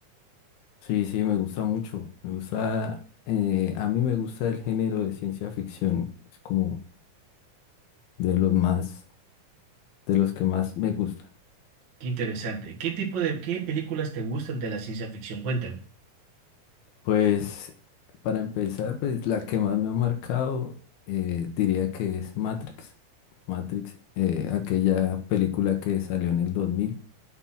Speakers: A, on the left (about 85°); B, on the right (about 55°).
A: Sí, sí, me gusta mucho, me gusta, eh, a mí me gusta el género de ciencia ficción, es como de los más, de los que más me gusta.
B: Qué interesante. ¿Qué tipo de, qué películas te gustan de la ciencia ficción? Cuéntame.
A: Pues para empezar, pues la que más me ha marcado eh, diría que es Matrix, Matrix, eh, aquella película que salió en el 2000